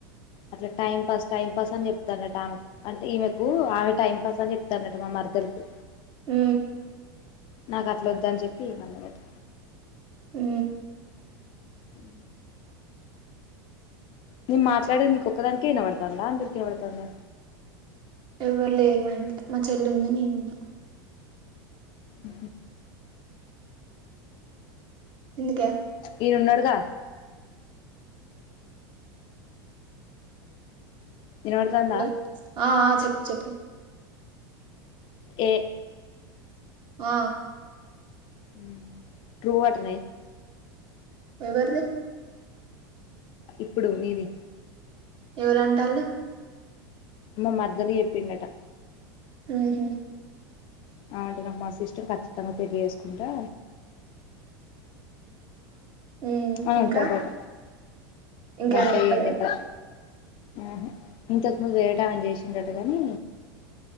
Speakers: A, on the left; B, on the right.
A: అట్లా టైం పాస్ టైం పాస్ అని చెప్తానట ఆమెకు అంటే ఈమెకు ఆమె టైం పాస్ అని చెప్తానట మా మరదలుకు
B: అ
A: నాకు అట్లా వద్దని చెప్పి మల్ల పెట్ట
B: హ
A: ఉ నేను మాట్లాడేది నీకొక్క దానికే వినబడుతాందా అందరికినబడతాందా
B: ఎవరు లేరు మా ఇంట్లో మా చెల్లి ఉంది నేనున్నా
A: ఉ
B: ఎందుకే
A: ఈయనున్నాడుగా వినబడుతాందా
B: హలో ఆ చెప్పు చెప్పే
A: ఎ
B: ఆ
A: ఉ ట్రూ అటనే
B: ఎవరిది
A: ఇప్పుడు నీది
B: ఎవరు అంటాళ్ళు
A: మా మర్ద్దలికి చెప్పిండట
B: ఆహ
A: ఆమంటే నాకు మస్త్ ఇస్టం ఖచ్చితంగా పెళ్లి చేసుకుంటా
B: మ్మ్
A: అంటాడట
B: ఇంకా ఇంకేమన్నా
A: ఇంగంతే
B: చెప్పలే
A: ఏం చెప్పల ఆహా ఇంతకుముందు వేరేటామని చేసిండట కాని